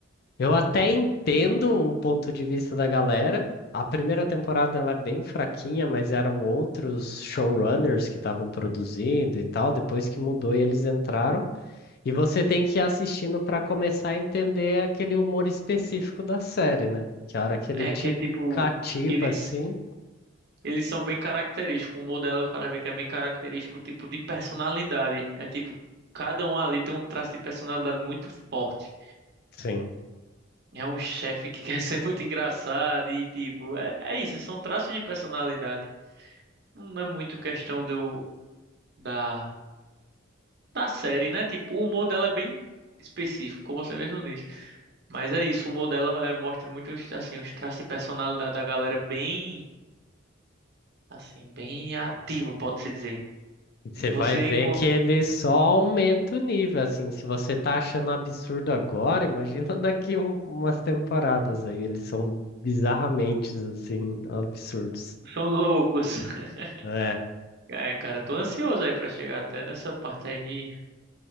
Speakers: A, on the left; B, on the right.
A: Eu até entendo o ponto de vista da galera. A primeira temporada ela é bem fraquinha, mas eram outros showrunners que estavam produzindo e tal. Depois que mudou e eles entraram. E você tem que ir assistindo para começar a entender aquele humor específico da série, né? Que a hora que ele
B: É
A: te
B: que é tipo.
A: cativa,
B: Eles,
A: assim,
B: eles são bem característicos. O modelo, o cara vê que é bem característico, tipo de personalidade. É tipo. Cada um ali tem um traço de personalidade muito forte.
A: Sim.
B: É um chefe que <laughs> quer ser muito engraçado e tipo, é, é isso, são traços de personalidade. Não é muito questão do da da série, né? Tipo, o humor dela é bem específico, como você mesmo disse. Mas é isso, o humor dela é, mostra muito os, assim, os traços de personalidade da galera bem assim, bem ativo, pode-se dizer.
A: E você
B: E Você
A: vai ver
B: enco-
A: que ele só aumenta o nível, assim. Se você tá achando absurdo agora, imagina <laughs> daqui um- umas temporadas aí. Eles são bizarramente, assim, absurdos.
B: são loucos. <laughs>
A: É,
B: É, cara, tô ansioso aí pra chegar até nessa parte aí de